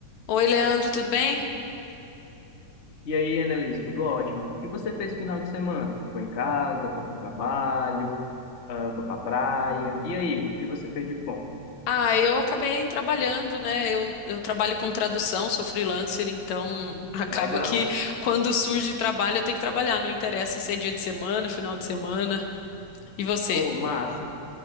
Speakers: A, on the left; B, on the left.
A: Oi, Leandro, tudo bem?
B: E aí, Annelise, tudo ótimo? O que você fez no final de semana? Foi em casa, foi pro trabalho, ah, foi pra praia. E aí, o que você fez de bom?
A: Ah, eu acabei trabalhando, né? Eu, eu trabalho com tradução, sou freelancer, então <laughs> acaba
B: Legal.
A: que quando surge trabalho eu tenho que trabalhar, não interessa se é dia de semana, final de semana. E você?
B: Pô, massa.